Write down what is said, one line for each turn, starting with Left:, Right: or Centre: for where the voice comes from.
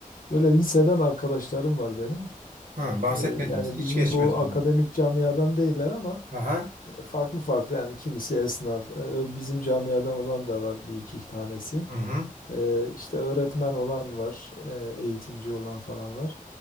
Left: Böyle liseden arkadaşlarım var benim.
Right: Ha, bahsetmediniz.
Left: E, yani
Right: Hiç
Left: bizim
Right: geçmedik
Left: bu akademik
Right: onu.
Left: camiadan değiller ama
Right: Aha.
Left: farklı farklı yani kimisi esnaf. e, bizim camiadan olan da var bir iki tanesi.
Right: Hı hı.
Left: Ee, işte öğretmen olan var, e, eğitimci olan falan var.